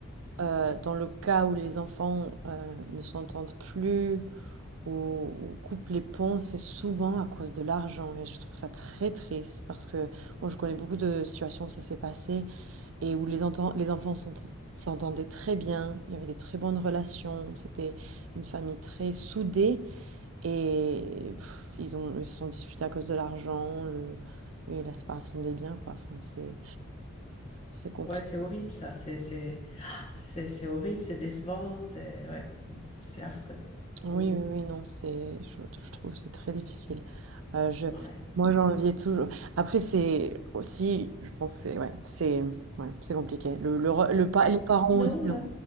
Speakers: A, on the right; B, on the left.
A: heu, dans le cas où les enfants, heu, ne s'entendent plus ou ou coupent les ponts, c'est souvent à cause de l'argent et je trouve ça très triste parce que bon, je connais beaucoup de situations où ça s'est passé et où les enten les enfants s'ent s'entendaient très bien, il y avait des très bonnes relations, c'était une famille très soudée Et pff, ils ont ils se sont disputés à cause de l'argent, le oui, la séparation des biens, quoi. Enfin, c'est c'est compliqué.
B: Ouais, c'est horrible ça. C'est, c'est C'est, c'est horrible, c'est décevant, c'est ouais, c'est affreux.
A: Oui,
B: Mm.
A: oui, oui, non, c'est je, je trouve que c'est très difficile. Euh, je
B: Ouais.
A: moi j'enviais toujours. Après c'est aussi je pense que c'est ouais, c'est ouais, c'est compliqué. Le le, re- le pa-
B: Et,
A: les parents
B: et sinon,
A: aussi.
B: euh,
A: hein.